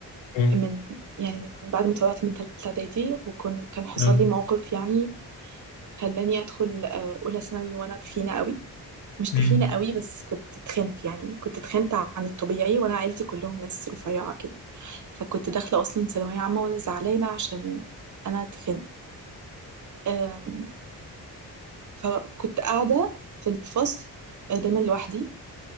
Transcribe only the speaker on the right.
من يعني من بعد ما طلعت من تالتة إعدادي وكان كان حصل
لي موقف يعني خلاني أدخل آه، أولى ثانوي وأنا تخينة قوي مش تخينة
قوي بس كنت تخنت يعني كنت تخنت عن الطبيعي وأنا عيلتي كلهم ناس رفيعة كده فكنت داخلة أصلا ثانوية عامة وأنا زعلانة عشان أنا اتخنت أم، فكنت قاعدة في الفصل أه، دايما لوحدي